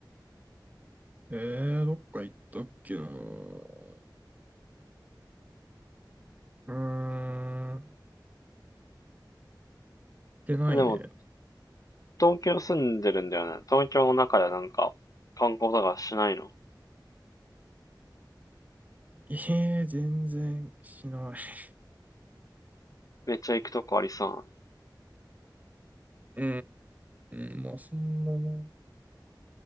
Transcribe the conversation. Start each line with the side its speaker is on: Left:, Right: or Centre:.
Right: えー、どっか行ったっけな。うーん。行ってないね。
Left: でも、東京住んでるんだよね。東京の中でなんか、観光とかしないの
Right: えー、全然しない。
Left: めっちゃ行くとこありそうなの
Right: うーん、まあ、そんなも